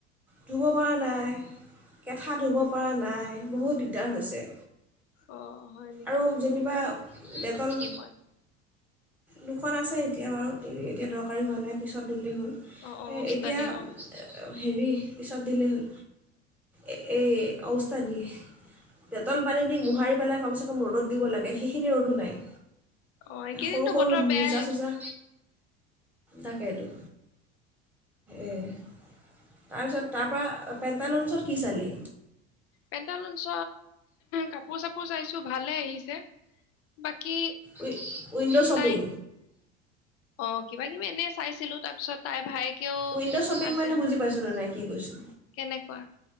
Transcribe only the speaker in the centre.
ধুব পৰা নাই কেঠা ধুব পৰা নাই বহুত দিগদাৰ হৈছে।
আৰু যেনিবা দেটল
দুখন আছে এতিয়া বাৰু এতিয়া দৰকাৰী হোৱা নাই পিছত ধুলেই হ'ল
এতিয়া
হেৰি পিছত দিলেই হ'ল এই এই ওস্তাদিয়ে। দেটল পানী দি মোহাৰি পেলাই কমচে কম ৰ'দত দিব লাগে সেইখিনি ৰ'দো নাই।
সৰু সৰু
মোজা চোজা তাকেটো। এই তাৰপিছত তাৰপৰা পেণ্টালুনছ কি চালি।
উই উইণ্ড' শ্বপিং
উইণ্ড' শ্বপিং
মানে বুজি পাইছে নে নাই কি কৈছো।